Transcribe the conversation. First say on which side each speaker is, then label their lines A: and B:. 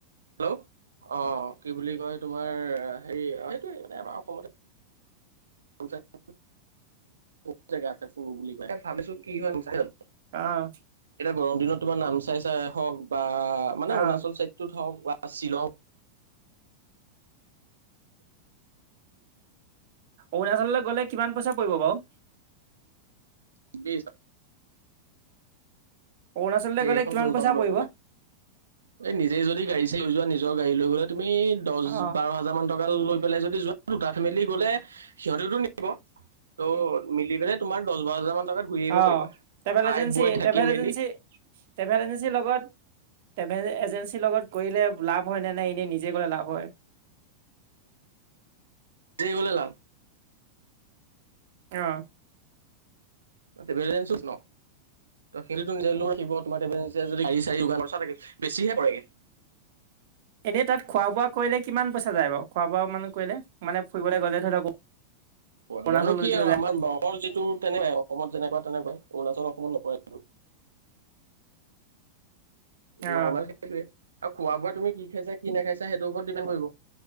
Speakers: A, on the right (about 70°); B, on the right (about 50°).
A: হেল্ল', অঁ কি বুলি কয় তোমাৰ হেৰি হেটুৱে মানে আমাৰ অসম বহুত জেগা আছে, ফুৰো বুলি কলে তাকে ভাবিছো কি হয়।
B: অঁ
A: এতিয়া গৰম দিনত তোমাৰ নামচাই চাই হওক বা মানে
B: অঁ
A: অৰুণাচল চাইদটোত হওক বা শ্বিলং,
B: অৰুণাচললে গ'লে কিমান পইচা পৰিব বাও?
A: বিচ
B: অৰুণাচললৈ
A: যে
B: গ'লে
A: এখন
B: কিমান
A: লৈজন
B: পইচা
A: লৈ
B: পৰিব
A: গলে। এই নিজে যদি গাড়ী চাৰি লৈ যোৱা নিজৰ গাড়ী লৈ গলে তুমি দচ
B: অঁ
A: বাৰ হাজাৰ মান টকা লৈ হেফলে যদি যোৱা দুটা ফেমিলি গলে সিহঁতেতো নিব। ত মিলি পেলাই তোমাৰ দচ বাৰ হাজাৰ মান টকাত ঘূৰি আহিব
B: অঁ,
A: পাৰিবা।
B: টেভেল
A: খাই
B: এজেঞ্চি,
A: বৈ থাকি
B: টেভেল
A: মেলি
B: এজেঞ্চিৰ ট্ৰেভেল এজেঞ্চী লগত ট্ৰেভেল এজেঞ্চিৰ লগত কৰিলে লাভ হয় নে, এনেই নিজে কৰিলে লাভ হয়? <unintelligible>
A: যে গলে লাভ।
B: অহ
A: ট্ৰেভেল <inaudible> <unintelligible> তোমাৰ <unintelligible> যদি গাড়ী চাৰী লোৱা ব্যৱস্থা থাকে বেছিহে পৰেগে
B: এনেই তাত খোৱা বোৱা কৰিলে কিমান পইচা যায় বাও, খোৱা-বোৱা মান কৰিলে, মানে ফুৰিবলৈ গ'লে ধৰি লওক
A: খোৱা
B: অৰুণাচল
A: বোৱা নো কি
B: যদি
A: আৰু
B: যায়
A: আমাৰ নগাওঁৰ যিটো তেনে আৰু অসমত যেনেকুৱা তেনেকুৱাই অৰুণাচল অসমত নপৰে,
B: অ
A: নৰ্মেল সেইটোৱে আৰু খোৱা বোৱা তুমি কি খাইছা কি নাখাইছা সেইটোৰ ওপৰত ডিপেণ্ড কৰিব,